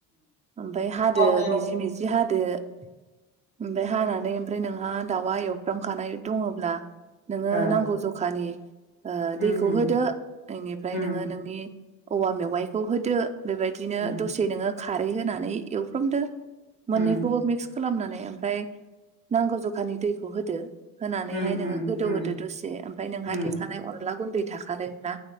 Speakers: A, on the right (about 20°); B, on the left (about 30°).
A: ओमफाय हादो
B: औवा मेव
A: मिजि मिजि हादो दो ओम हानानै ओमफ्राय नोंहा दाउआ एवफ्रामखानाय दङब्ला नोङो
B: ओ
A: नांगौ जखानि ओ
B: उम
A: दैखौ
B: उम
A: होदो इनिफ्राय
B: उम
A: नोङो नोंनि औवा मेवाइखौ होदो बेबायदिनो
B: उम
A: दसे नोङो खारै होनानै एवफ्रामदो
B: उम
A: मोननैखौबो मिक्स खालामनानै ओमफाय नांगौ जखानि दैखौ होदो होनानैहाय
B: उम
A: नोङो गोदौ
B: उम
A: गोदो दुसे ओमफाय नोंहा
B: उम
A: देखानाय
B: उम
A: अनला गुन्दै थाखादों ना